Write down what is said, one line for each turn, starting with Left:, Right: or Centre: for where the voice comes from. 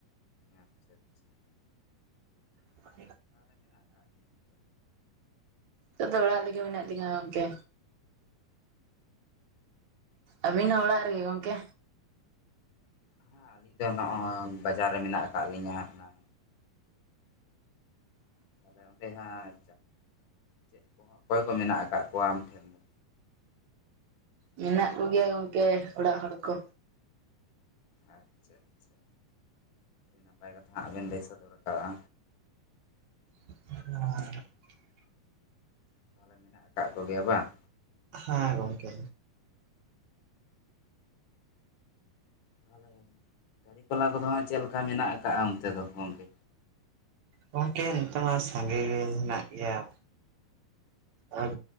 Left: ᱟᱪᱪᱷᱟ ᱟᱪᱪᱷᱟ <unintelligible>
Right: <unintelligible> ᱱᱤᱛᱚᱜ ᱫᱚ ᱚᱲᱟᱜ ᱨᱮᱜᱮ ᱢᱮᱱᱟᱜ ᱞᱤᱧᱟ ᱜᱚᱝᱠᱮ ᱟᱹᱵᱤᱱ ᱦᱚ ᱚᱲᱟᱜ ᱨᱮᱜᱮ ᱜᱚᱝᱠᱮ?
Left: ᱦᱮᱸ ᱟᱹᱞᱤᱧ ᱫᱚ ᱱᱚᱜᱼᱚᱭ ᱵᱟᱡᱟᱨ ᱨᱮ ᱢᱮᱱᱟᱜ ᱟᱠᱟᱫ ᱞᱤᱧᱟᱹ ᱦᱟᱜ ᱠᱷᱟᱱ ᱛᱟᱦᱚᱞᱮ ᱚᱸᱰᱮ ᱦᱟᱸᱜ ᱪᱮᱫ ᱠᱚᱦᱚᱸ ᱚᱠᱚᱭ ᱠᱚ ᱢᱮᱱᱟᱜ ᱟᱠᱟᱫ ᱠᱚᱣᱟ ᱟᱢ ᱴᱷᱮᱱ ᱫᱚ᱾
Right: ᱢᱮᱱᱟᱜ ᱠᱚᱜᱮᱭᱟ ᱜᱚᱝᱠᱮ ᱚᱲᱟᱜ ᱦᱚᱲ ᱠᱚ᱾
Left: ᱟᱪᱪᱷᱟ ᱟᱪᱪᱷᱟ ᱱᱟᱯᱟᱭ ᱠᱟᱛᱷᱟ ᱦᱟᱸᱜ ᱵᱮᱱ ᱞᱟᱹᱭ ᱥᱚᱫᱚᱨ ᱟᱠᱟᱜᱼᱟ᱾
Right: <unintelligible>
Left: ᱛᱟᱦᱚᱞᱮ ᱢᱮᱱᱟᱜ ᱟᱠᱟᱫ ᱠᱚᱜᱮᱭᱟ ᱵᱟᱝ
Right: ᱦᱮᱸ ᱜᱚᱝᱠᱮ
Left: ᱛᱟᱦᱚᱞᱮ ᱫᱨᱤᱯᱟᱞᱟ ᱠᱚᱫᱚ ᱦᱟᱸᱜ ᱪᱮᱫ ᱞᱮᱠᱟ ᱢᱮᱱᱟᱜ ᱠᱟᱜᱼᱟ ᱚᱱᱛᱮ ᱫᱚ ᱜᱚᱢᱠᱮ
Right: ᱜᱚᱝᱠᱮ ᱱᱤᱛᱚᱜ ᱢᱟ ᱥᱟᱸᱜᱮ ᱜᱮ ᱢᱮᱱᱟᱜ ᱜᱮᱭᱟ ᱟᱡ